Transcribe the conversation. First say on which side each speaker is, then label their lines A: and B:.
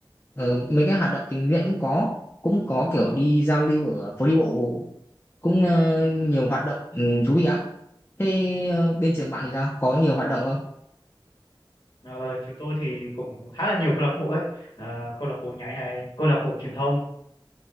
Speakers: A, on the left; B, on the left.
A: ờ, mấy cái hoạt động tình nguyện cũng có cũng có kiểu đi giao lưu ở phố đi bộ cũng ờ, nhiều hoạt động ừ, thú vị lắm thế ờ, bên trường bạn thì sao có nhiều hoạt động không
B: Ờ, chúng tôi thì cũng khá là nhiều câu lạc bộ ấy, Ờ, câu lạc bộ nhảy này, câu lạc bộ truyền thông